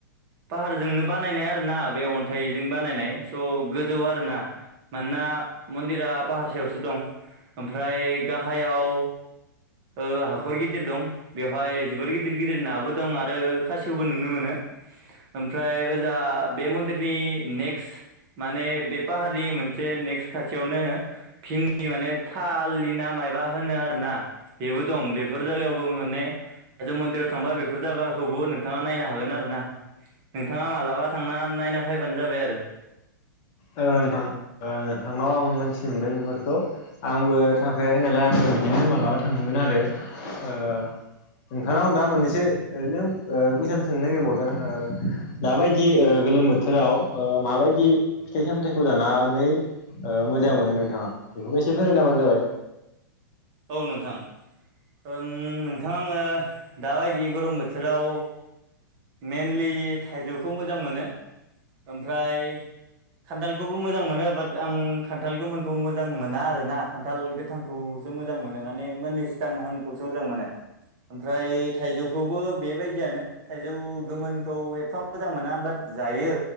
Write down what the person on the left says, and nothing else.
औ नोंथां ओ नोंथांनाव आं मोनथिनो मोनबाय बेफोरखौ आंबो थांफेराखै नालाय आङो बिदिनो मालाबा थांनांगोन आरो ओ नोंथांनाव दा मोननैसो ओरैनो ओ कुइसन सोंनो नागिरबावदों ओ दाबायदि ओ गोलोम बोथोराव ओ माबायदि फिथाइ सामथाइखौ जानानै ओ मोजां मोनो नोंथाङा बेफोरखौ एसे फोरमायना होबानो जाबाय